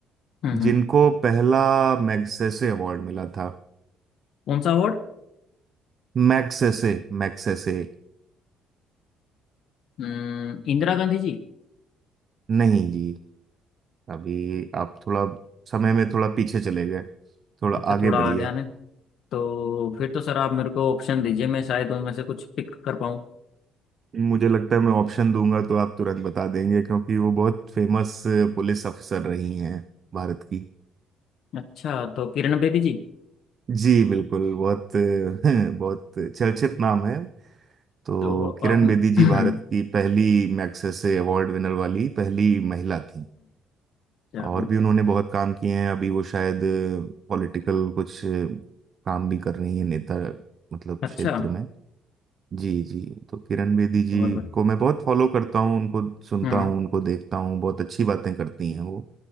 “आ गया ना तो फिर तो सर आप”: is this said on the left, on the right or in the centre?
Left